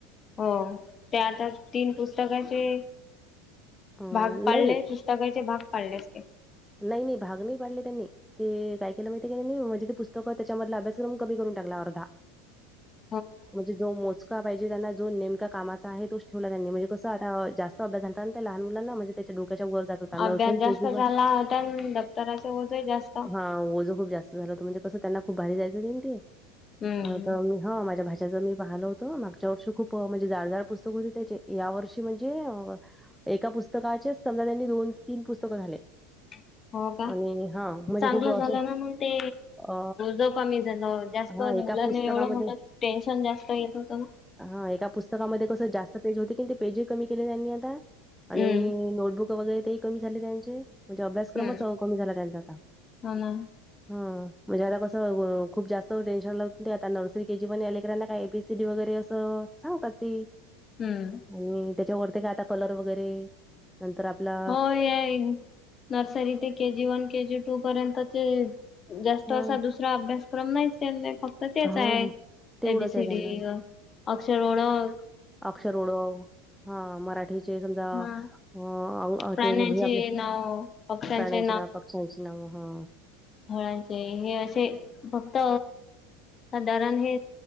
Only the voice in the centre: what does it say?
अ, नाही,
नाही नाही भाग नाही पाडले त्यांनी, ते काय केलं माहितीय काय तेणी म्हणजे ते पुस्तकं त्याच्यामधला अभ्यासक्रम कमी करून टाकला अर्धा
म्हणजे जो मोजका पाहिजे त्यांना जो नेमका कामाचा आहे तोच ठेवला त्यांनी म्हणजे कसं आता जास्त अभ्यास झालता आण त्या लहान मुलांना म्हजे त्याच्या डोक्याच्या वर जात हो का नर्सरी
के जी
व
हा ओझं खूप जास्त झाल पण म्हणजे कस त्यांना खूप भारी जायचं ते,
आता म हो माझ्या भाच्याचं मी पाहिलं होतं मागच्या वर्षी खूप म्हणजे जाडजड पुस्तक होती त्याचे या वर्षी म्हणजे एका पुस्तकाचेच समजा त्यांनी दोन तीन पुस्तकं झाले.
आणि हां, म्हणजे
खूप
असं
अ,
हां, एका
पुस्तकामध्ये
हा एका पुस्तकामध्ये कसं जास्त पेज होते की ते पेजही कमी केले त्यांनी आता आणि
नोटबुक वगैरे ते कमी झाले त्यांचे म्हणजे अभ्यासक्रमच
कमी झाला त्यांचा आता
ह म्हणजे आता कसं खूप जास्त टेशन लागते आता नर्सरी केजी पण यां लेकरांना काय एपीसीडी वगैरे अस अ सांगु का ती
होय त्याच्यावररती काय आता कलर वगैरे, नंतर आपला
हां,
हां.
तेवढंच
आहे त्यांना.
अक्षर ओळख हा मराठीचे समजा
अ अ
ते म्हणजे आपल
प्राण्यांची नाव पक्ष्यांची नाव ह